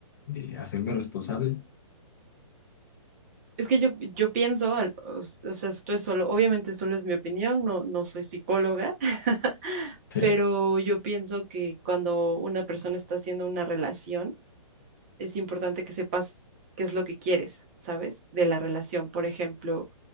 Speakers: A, on the left (about 40°); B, on the right (about 20°).
A: eh, hacerme responsable.
B: Es que yo, yo pienso, al- o, s- o sea, esto es solo, obviamente solo es mi opinión, no, no soy psicóloga, <laughs>
A: Sí.
B: pero yo pienso que cuando una persona está haciendo una relación, es importante que sepas qué es lo que quieres, ¿sabes? De la relación. Por ejemplo,